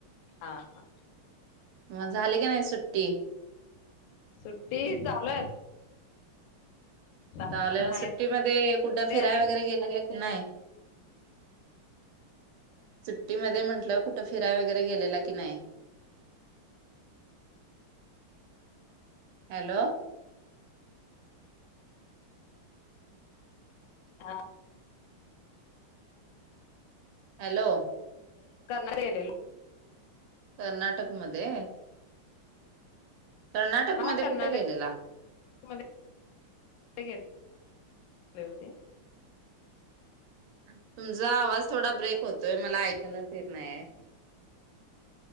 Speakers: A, on the left; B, on the right.
A: हा हा
B: मग झाली काय नाही सुट्टी
A: सुट्टी चालू आहे आता
B: चालू
A: आता
B: हाय
A: माहेरी
B: सुट्टीमध्ये कुठं फिराय
A: आले
B: वगैरे गेले नाही सुट्टीमध्ये म्हंटलं कुठ फिराय वगैरे गेलेला की नाय हॅलो
A: हा
B: हॅलो
A: <unintelligible>
B: कर्नाटक मध्ये कर्नाटक
A: हा
B: मध्ये
A: कर्नाटक
B: कुठ गेलेला?
A: मध्ये गेले <unintelligible> होते
B: तुमचा आवाज थोडा ब्रेक होतोय मला ऐकायलाच येत नाहीय